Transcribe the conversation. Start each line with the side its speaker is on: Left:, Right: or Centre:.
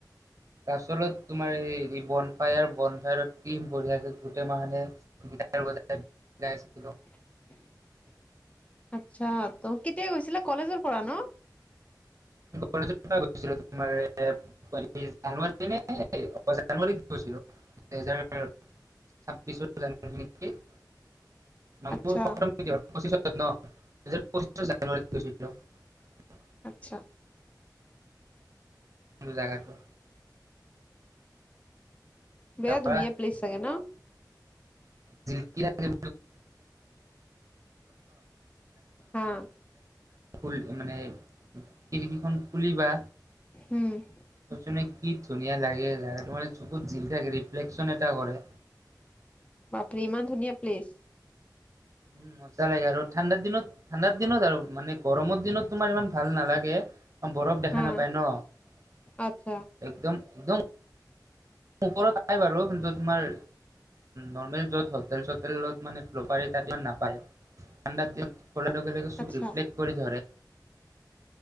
Right: আচলত তোমাৰ এই বন ফায়াৰ বন তম বঢ়িয়াই আছিল গোটেই মাহে গ বজ
Left: <unintelligible> আচ্ছা ত কেতিয়া গৈছিলা কলেজৰ পৰা ন
Right: কলে গৈছিলো তোমাৰ জানুৱাৰী নে জানুৱাৰীত গৈছিলোজাৰ ছাব্বিছৰ জানুৱাৰীক নমোৰ
Left: আচ্ছা
Right: পঁচিছাজ ন পঁচিছ জানাৰীৈছিল <unintelligible>
Left: আচ্ছা
Right: জাগাটো
Left: বেয়া
Right: তাৰপৰা
Left: ধুনীয়া প্লেছ হাগে না
Right: <unintelligible> ৰাতিপুৱা
Left: হা
Right: উ মানে ৰিকিখন খুলি বা
Left: উম
Right: ুনে কি ধুনীয়া লাগে জা মানে চুোকুৰ িল থাকফ্লেকন এটা কৰে
Left: বাপৰে ইমান ধুনীয়া প্লেচ
Right: উম মজ্জা লাগে আৰু ঠাণ্ডাৰ দিনত ঠাণ্ডাত দিনত আৰু মানে গৰমৰ দিনত তোমাৰ ইমান ভাল নালাগে বৰফ দেখা
Left: হা
Right: নাপায় ন
Left: আচ্ছা
Right: একদম একদম ওপৰত নাই বাৰু কিন্তু তোমাৰ নৰ্মেল য'ত হোটেল চোটেলত মানে প্ৰপাৰী তাত নাপায় ঠাণ্ডা দিনত কৰাৰ লগে লগে চখফ্লেক্
Left: আচ্ছা
Right: কৰি ধৰে